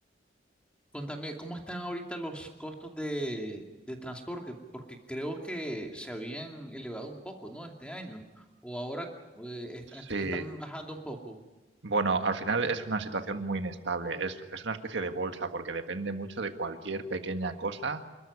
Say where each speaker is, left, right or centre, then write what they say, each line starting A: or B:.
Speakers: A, in the centre; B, on the right.
A: Contame, ¿cómo están ahorita los costos de, de transporte? Porque creo que se habían elevado un poco, ¿no? Este año. O ahora eh, est- est-
B: Sí,
A: están bajando un poco.
B: bueno, al final es una situación muy inestable. Es, es, una especie de bolsa porque depende mucho de cualquier pequeña cosa